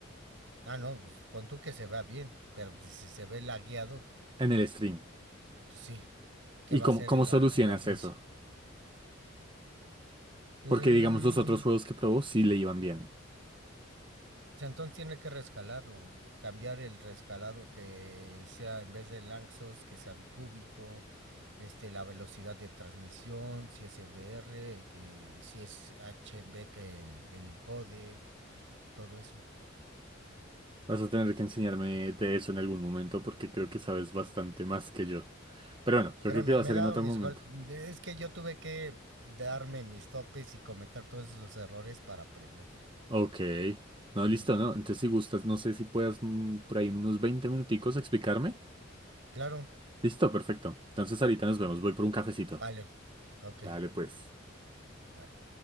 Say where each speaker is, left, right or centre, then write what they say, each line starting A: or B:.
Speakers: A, on the right (about 75°); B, on the right (about 25°).
A: Ah, no, pues pon tú que se vea bien, pero pues si se ve lagueado,
B: en el stream.
A: pues sí, ¿qué
B: ¿Y
A: va
B: cómo,
A: a hacer
B: cómo
A: la,
B: solucionas
A: la audiencia?
B: eso?
A: Mm,
B: Porque digamos los otros juegos que probó sí le iban bien.
A: O entonces tiene que rescalarlo, cambiar el rescalado que sea en vez de laxos, que sea bicúbico, este, la velocidad de transmisión, si es EBR, que si es HMB, que el, el codec, todo eso.
B: Vas a tener que enseñarme de eso en algún momento porque creo que sabes bastante más que yo. Pero bueno, yo
A: Créeme,
B: creo que va
A: me
B: a ser
A: he dado
B: en otro
A: mis
B: momento.
A: golpes. Es que yo tuve que darme mis topes y cometer todos esos errores para aprender.
B: Ok. No,
A: Ujú.
B: listo, ¿no? Entonces, si gustas, no sé si puedas mm, por ahí en unos 20 minuticos explicarme.
A: Claro,
B: Listo, perfecto. Entonces, ahorita nos vemos. Voy por un cafecito.
A: vale. Ok,
B: Dale, pues.
A: vale.